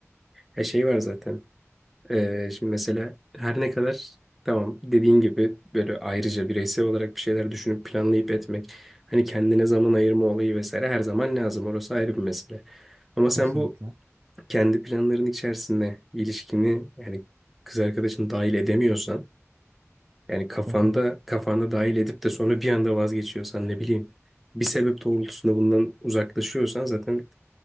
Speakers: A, in the centre; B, on the right (about 55°).
A: E şey var zaten Ee, şimdi mesela her ne kadar tamam dediğin gibi böyle ayrıca bireysel olarak bir şeyler düşünüp planlayıp etmek hani kendine zaman ayırma olayı vesaire her zaman lazım orası ayrı bir mesele. Ama sen
B: Kesinlikle.
A: bu kendi planların içerisinde ilişkini yani kız arkadaşını dahil edemiyorsan yani kafanda
B: Hı hı.
A: kafanda dahil edip de sonra bir anda vazgeçiyorsan ne bileyim bir sebep doğrultusunda bundan uzaklaşıyorsan zaten